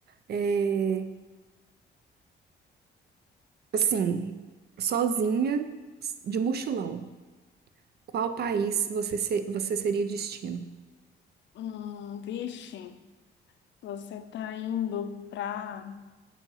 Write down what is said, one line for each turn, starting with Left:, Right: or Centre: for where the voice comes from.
Right: é, assim, sozinha, de mochilão. Qual país você, se- você seria destino?
Left: Hum, vixe, você tá indo pra